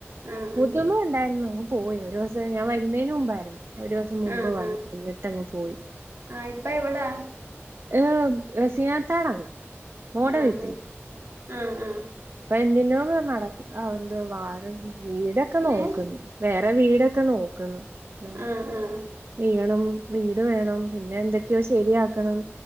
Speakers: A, on the right (about 70°); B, on the right (about 50°).
A: ആഹ്
B: മൂത്തുമ്മ ഉണ്ടാര്ന്നു. പോയി ഒരൂസം ഞാൻ വരുന്നേന് മുമ്പായിരുന്നു ഒരൂസം മുമ്പ്
A: ആഹ് ആഹ്
B: വന്ന്
A: ആഹ്
B: നിന്നിട്ടങ്ങ് പോയി.
A: ആഹ് ഇപ്പ എവടെ
B: ഏഹ്, റസിയാത്താടങ്ങ്. മോടെ
A: ആഹ്
B: വീട്ടില്.
A: ആഹ് ആഹ്
B: ഇപ്പൊ എന്തിന്റോ <unintelligible> നടക്ക്. ആഹ്, എന്തോ വാഴ ന്തോ വീടൊക്കെ നോക്ക്ൺ.
A: ഏഹ്
B: വേറെ വീടൊക്കെ നോക്ക്ന്ന്.
A: ആഹ് ആഹ്
B: ചെയ്യണം വീട് വേണം പിന്നെ എന്തൊക്കെയോ ശരിയാക്കണം.